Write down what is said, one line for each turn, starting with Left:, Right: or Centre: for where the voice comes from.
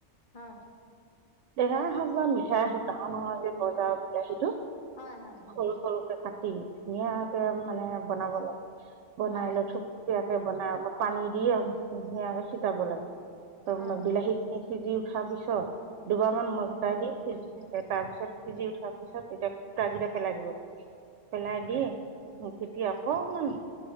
Left: হা।
Right: টেঙাই হওক বা মিঠাই হওক, ডাঙৰ ডাঙৰকে বজাৰৰ বিলাহীটো
Left: হয় হয় হয় হয় হয়
Right: সৰু সৰুকে কাটি কাটি ধুনীয়াকে মানে বনাব লাগে। বনাই
Left: হয়
Right: লৈ থোপ থূপ থূপিয়াকে বনাই অলপ পানী দি ধুনীয়াকে ছিটাব লাগে। <unintelligible>
Left: হয়
Right: বিলাহী সিজি উঠাৰ পিছত দুবাৰ মান
Left: হয়
Right: মজলাই দি সিজি তাৰ পিছত সিজি উঠাৰ পিছত এতিয়া পুটাকিটা পেলাই দিব লাগে। পেলাই দি তেতিয়া অকমান